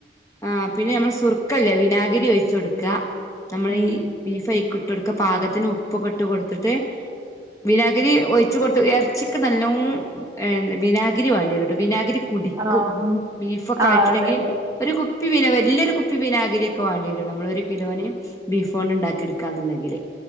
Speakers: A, on the left; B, on the right.
A: ആഹ് പിന്നെ ഞമ്മള് സുർക്കല്ലെ വിനാഗിരി ഒയ്ച്ചൊട്ക്ക നമ്മെളെ
B: ഉം
A: ഈ ബീഫയ്ക്ക് ട്ടൊട്ക്ക പാകത്തിന് ഉപ്പൊക്കെട്ട് കൊട്ത്ത്ട്ട് വിനാ ഗിരി ഒയ്ച്ച് കൊട്ത്തു എർച്ചിക്ക് നല്ലോം ഏഹ് വിനാഗിരി വാണ്ട്യെരുട്ടാേ വിനാഗിരി കുടിക്കും
B: ആഹ്
A: ബീഫൊക്കായിട്ട്ണ്ടെങ്കി
B: ആഹ് അതെ അതെ
A: ഒരു കുപ്പി വിന വെല്യൊരു കുപ്പി വിനാഗിരിയൊക്കെ വാണ്ടിയെരും നമ്മളൊരു കിലോന് ബീഫോണ്ട്ണ്ടാക്കിട്ക്കാന്ന്ണ്ടെങ്കില്.